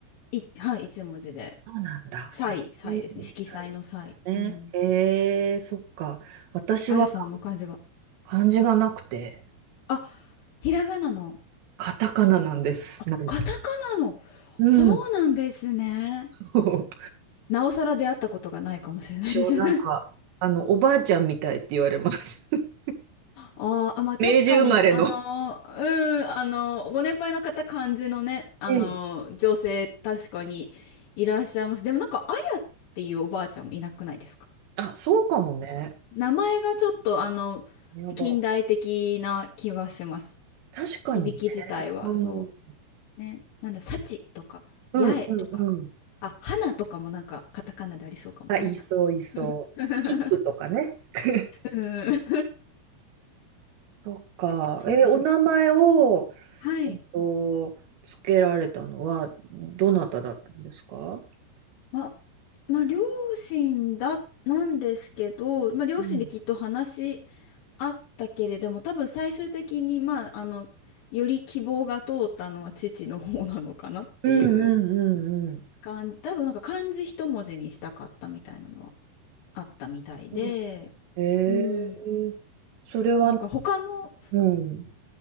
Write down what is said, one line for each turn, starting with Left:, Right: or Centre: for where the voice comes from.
Left: い、はい、一文字で。
Right: そうなんだ。
Left: 彩、彩ですね。
Right: へえ、みたいで
Left: 色彩の彩。
Right: すね。
Left: うん。
Right: へえ、そっか。私は
Left: あやさんの漢字は。
Right: 漢字がなくて、
Left: あ、ひらがなの。
Right: カタカナなんです。
Left: あ、
Right: なんと。
Left: カタカナの。
Right: うん。
Left: そうなんですね。
Right: そう
Left: なおさら出会ったことがないかもしれないです
Right: 一応なんか、
Left: <laughs>
Right: あの、おばあちゃんみたいって言われます。<laughs>
Left: あーあ、まあ確かに、
Right: 明治生まれの。
Left: あのー、うん、あのー、ご年配の方、感じのね、あのー、
Right: うん。
Left: 女性、確かにいらっしゃいます。でもなんか、あやっていうおばあちゃんもいなくないですか
Right: あ、そうかもね。
Left: 名前がちょっと、あの、
Right: やば。
Left: 近代的な気はします。
Right: 確かにね。
Left: 響き自体は、
Right: うん。
Left: そう。ね、なんだ、幸とか、
Right: うんうんうん。
Left: 八重とか、あ、花とかもなんか、カタカナでありそうかも、
Right: あ、
Left: ないかな。
Right: いそういそう。
Left: <laughs>
Right: キップとかね。<laughs>
Left: うん。
Right: そっか。
Left: <laughs> そうか。
Right: え、お名前を、
Left: はい。
Right: えっと、つけられたのは、どなただったんですか
Left: ま、まあ、両親だ、なんですけど、まあ、両親できっと話し
Right: うん
Left: 合ったけれども、多分最終的に、まあ、あの、より希望が通ったのは父の方なのかなっていう
Right: うんうんうん
Left: 感じ、多分なんか漢字一文字にしたかったみたいなのはあったみたいで、
Right: うんえー、
Left: うん。
Right: それは、
Left: そう、だから他の、
Right: うん、